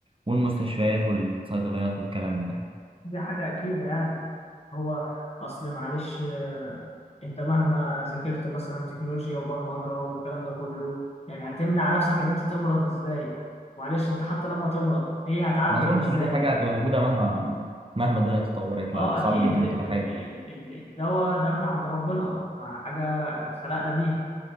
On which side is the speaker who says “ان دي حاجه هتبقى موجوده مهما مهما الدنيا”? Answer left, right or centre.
Right